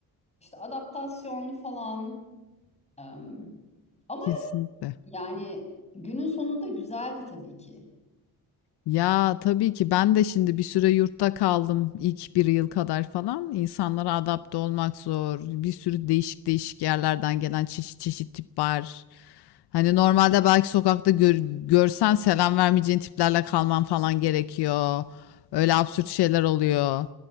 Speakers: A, on the left (about 15°); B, on the left (about 80°).
A: İşte adaptasyonlu falan. em, ama
B: Kesinlikle.
A: yani günün sonunda güzeldi tabii ki.
B: Ya, tabii ki ben de şimdi bir süre yurtta kaldım ilk bir yıl kadar falan. İnsanlara adapte olmak zor. Bir sürü değişik değişik yerlerden gelen çeşit çeşit tip var. Hani normalde belki sokakta gör- görsen selam vermeyeceğin tiplerle kalman falan gerekiyor. Öyle absürt şeyler oluyor.